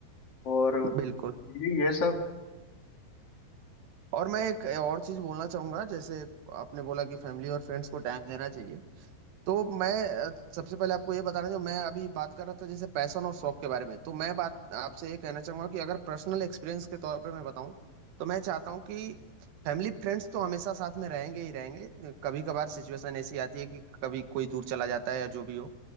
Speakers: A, on the left (about 45°); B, on the right (about 75°).
A: और
B: बिल्कुल
A: ये ये सब
B: और मैं एक और चीज बोलना चाहूंगा जैसे आपने बोला कि फैमिली और फ्रेंड्स को टाइम देना चाहिए तो मैं अ, सबसे पहले आपको ये बताना जो मैं अभी बात कर रहा था जैसे पैशन और शौक के बारे में तो मैं बात आपसे ये कहना चाहूंगा कि अगर पर्सनल एक्सपीरियंस के तौर पर मैं बताऊं तो मैं चाहता हूं कि फैमिली फ्रेंड्स तो हमेशा साथ में रहेंगे ही रहेंगे कभी कभार सिचुएशन ऐसी आती है कि कभी कोई दूर चला जाता है या जो भी हो